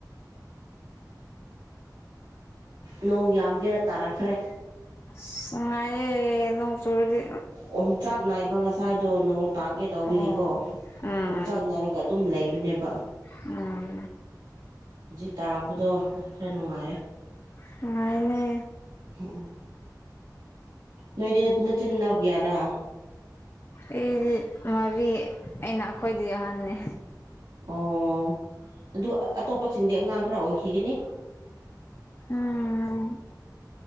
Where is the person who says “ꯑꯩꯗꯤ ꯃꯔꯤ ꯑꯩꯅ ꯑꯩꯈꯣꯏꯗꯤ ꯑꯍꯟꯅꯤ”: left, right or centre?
Left